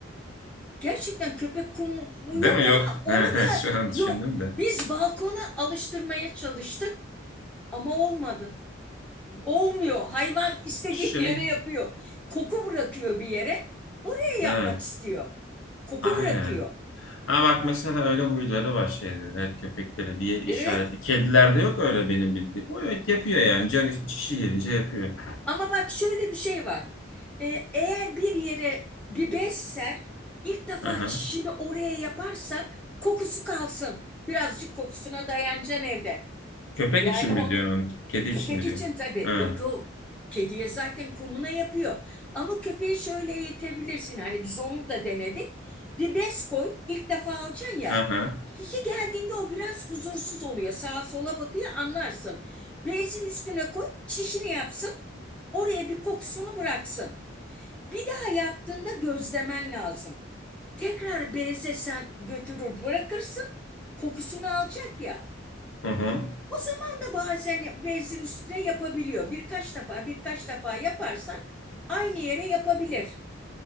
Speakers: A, in the centre; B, on the left.
A: gerçekten köpek kumu
B: Değil
A: yok
B: mi? Yok.
A: ama onu
B: <laughs>
A: da
B: Şu an
A: yok.
B: düşündüm de.
A: Biz balkona alıştırmaya çalıştık ama olmadı. Olmuyor. Hayvan istediği
B: Şey
A: yere yapıyor. Koku bırakıyor bir yere. Oraya
B: evet.
A: yapmak istiyor. Koku
B: Aynen.
A: bırakıyor.
B: Ha bak mesela öyle huyları var şeyde. Evet köpekleri bir yer işareti.
A: Evet.
B: Kedilerde yok öyle benim bildiğim. O yok, yapıyor yani. Canı çişi gelince yapıyor.
A: Ama bak şöyle bir şey var. Ee, eğer bir yere bir bez ser, ilk defa
B: Aha.
A: çişini oraya yaparsa kokusu kalsın. Birazcık kokusuna dayanacaksın evde.
B: Köpek
A: Yani
B: için mi
A: onu
B: diyorsun onu? Kedi
A: e, köpek
B: için mi diyorsun?
A: için tabii.
B: Ha.
A: Yok yok. Kediye zaten kumuna yapıyor. Ama köpeği şöyle eğitebilirsin. Hani biz onu da denedik. Bir bez koy. ilk defa alacaksın ya.
B: Aha.
A: Kişi geldiğinde o biraz huzursuz oluyor. Sağa sola bakıyor anlarsın. Bezin üstüne koy. Çişini yapsın. Oraya bir kokusunu bıraksın. Bir daha yaptığında gözlemen lazım. Tekrar beze sen götürür bırakırsın. Kokusunu alacak ya.
B: Hı hı.
A: O zaman da bazen bezin üstüne yapabiliyor. Birkaç defa birkaç defa yaparsan aynı yere yapabilir.